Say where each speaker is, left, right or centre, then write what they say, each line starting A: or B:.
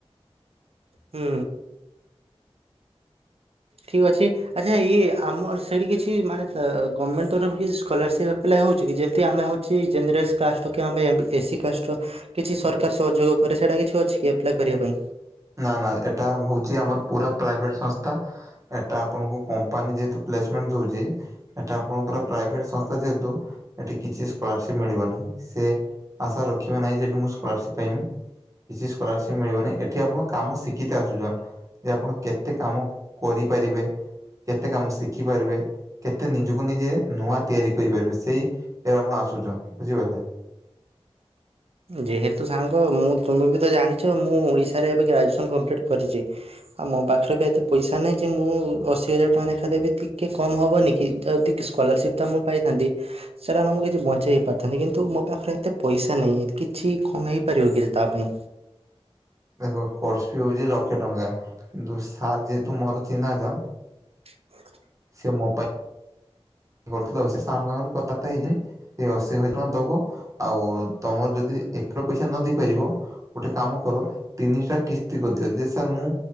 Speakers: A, on the right; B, on the right.
A: ହୁଁ। ଠିକ୍ ଅଛି। ଆଚ୍ଛା ଇଏ ଆମର ସେଇଠି କିଛି ମାନେ ଅ ଗର୍ମେଣ୍ଟ ତରଫରୁ କିଛି ସ୍କୋଲାରସିପ୍ ଆପ୍ଲାଏ ହଉଛି କି ଯେମିତି ଆମେ ହଉ ଛି ଜେନେରାଲ କାଷ୍ଟ ହଉକି ଆମେ ଏସି କାଷ୍ଟର କିଛି ସରକାର ସହଯୋଗ କରେ ସେଇଟା କିଛି ଅଛି କି ଆପ୍ଲାଏ କରିବା ପାଇଁ?
B: ନା ନା ଏଟା ହଉଚି ଆମର ପୁରା ପ୍ରାଇଭେଟ ସଂସ୍ଥା ଏଟା ଆପଣଙ୍କୁ କମ୍ପାନୀ ଯେହେତୁ ପ୍ଲେସମେଣ୍ଟ୍ ଦଉଚି। ଏଟା ଆପଣଙ୍କ ପୁରା ପ୍ରାଇଭେଟ୍ ସଂସ୍ଥା ଯେହେତୁ ଏଠି କିଛି ସ୍କୋଲାରସିପ୍ ମିଳିବ ନାହିଁ ସେ ଆଶା ରଖିବ ନାହିଁ ଯେ ଏଠି ମୁଁ ସ୍କୋଲାରସିପ୍ ପାଇବି କିଛି ସ୍କୋଲାରସିପ୍ ମିଳିବ ନାହିଁ ଏଠି ଆପଣ କାମ ଶିଖିକି ଆସୁଚ ଯେ ଆପଣ କେତେ କାମ କରିପାରିବେ। କେତେ କାମ ଶିଖିପାରିବେ? କେତେ ନିଜକୁ ନିଜେ ନୂଆ ତିଆରି କରିପାରିବେ ସେଇ ଇଏ‌ ରେ ଆପଣ ଆସୁଛ ବୁଝିପାରିଲେ।
A: ଯେହେତୁ ସାଙ୍ଗ ମୁଁ ତୁମେ ବି ତ ଜାଣିଛ ମୁଁ ଓଡ଼ିଶାରେ ଏବେ ଗ୍ରାଜୁଏସନ୍ କମ୍ପ୍ଲିଟ୍ କରିଚି। ଆଉ ମୋ ପାଖରେ ବି ଏତେ ପଇସା ନାହିଁ ଯେ ମୁଁ ଅଶି ହଜାର ଟଙ୍କା ଲେଖାଏଁ ଦେବି ଟିକେ କମ୍ ହେବନି କି ଯଦି ସ୍କୋଲାରସିପ୍ ତ ମୁଁ ପାଇଥାନ୍ତି ସେଇଟା ମୁଁ କିଛି ବଞ୍ଚେଇ ପାରିଥାନ୍ତି କିନ୍ତୁ ମୋ ପାଖରେ ଏତେ ପଇସା ନାହିଁ। କିଛି କମେଇ ପାରିବ କି ତା ପାଇଁ?
B: ଦେଖ କ୍ରୋସ୍ ଫି ହଉଛି ଲକ୍ଷେ ଟଙ୍କା କିନ୍ତୁ ସାରେ ଯେହେତୁ ମୋର ଚିହ୍ନା ଜ
A: <unintelligible>
B: ସେ ମୋବା କରୁଥିଲ ସେ ସାର୍ ଙ୍କ ସାଙ୍ଗରେ କଥା ବାର୍ତ୍ତା ହେଇକି। ସେ ଅଶି ହଜାର ଟଙ୍କା ଦବ ଆଉ ତମର ଯଦି <unintelligible> ପଇସା ନ ଦେଇପାରିବ ଗୋଟେ କାମ କର ତିନିଟା କିସ୍ତି କରିଦିଅ ଯେ ସାର୍ ମୁଁ